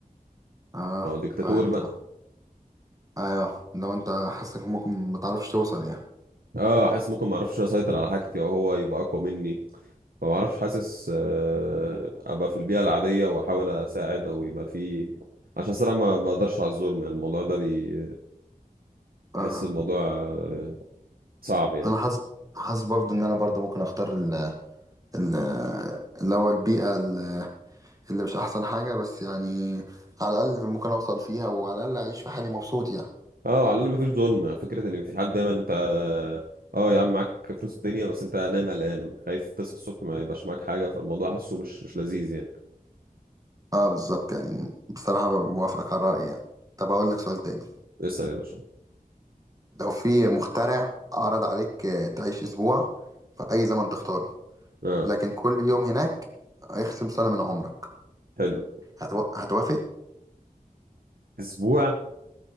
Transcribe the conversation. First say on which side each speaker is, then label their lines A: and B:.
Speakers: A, on the right; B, on the right.
A: اه
B: ما هو دكتاتور
A: فانت
B: بقى
A: ايوه لو انت حاسك ممكن ما تعرفش توصل يعني
B: اه حاسس ممكن ما اعرفش اسيطر على حاجتي او هو يبقى اقوى مني فما اعرفش حاسس آه ابقى في البيئه العاديه واحاول اساعد او يبقى في عشان الصراحه ما بقدرش على الظلم يعني الموضوع ده بي...
A: اه
B: بحس الموضوع آه، صعب يعني
A: انا حاسس حاسس برضو ان انا برضو ممكن اختار ال ال اللي هو البيئه ال- اللي مش احسن حاجه بس يعني على الاقل ممكن اوصل فيها وعلى الاقل اعيش في حالي مبسوط يعني
B: اه على الاقل مفيش ظلم فكره ان في حد دايما انت اه يا عم معاك فلوس الدنيا بس انت نايم قلقان خايف تصحى الصبح ما يبقاش معاك حاجه فالموضوع حاسه مش مش لذيذ يعني
A: اه بالظبط يعني بصراحه موافقك على رايي يعني طب اقول لك سؤال تاني
B: اسال يا باشا
A: لو في مخترع عرض عليك آه، تعيش اسبوع في اي زمن تختاره
B: اه
A: لكن كل يوم هناك هيخصم سنه من عمرك
B: حلو
A: هتو... هتوافق
B: اسبوع